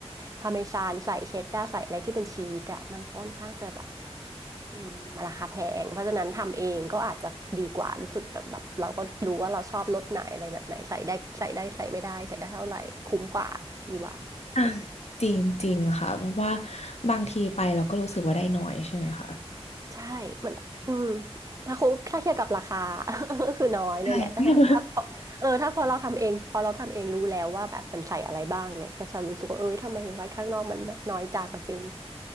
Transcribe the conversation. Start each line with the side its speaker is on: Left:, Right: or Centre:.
Right: พาร์เมซานใส่เชดดาร์ใส่อะไรที่เป็นชีสอ่ะมันค่อนข้างจะแบบ อืมมันราคาแพงเพราะฉะนั้นทำเองก็อาจจะดีกว่ารู้สึกแบบแบบเราก็รู้ว่าเราชอบรสไหนอะไรแบบไหนใส่ได้ใส่ได้ใส่ไม่ได้ใส่ได้เท่าไหร่คุ้มกว่าพี่ว่า
Left: อ่าจริงจริงค่ะเพราะว่าบางทีไปเราก็รู้สึกว่าได้น้อยใช่ไหมคะ
Right: ใช่มันอืมถ้าคุ้มถ้าเทียบกับราคา <laughs> ก็คือน้อยเลยแหละถ้าถ้าพอเออถ้าพอเราทำเองพอเราทำเองรู้แล้วว่าแบบมันใส่อะไรบ้างไงก็จะรู้สึกว่าเอ้ยทำไมไว้ข้างนอกมันน้อยจังจริง
Left: ใช่ <laughs>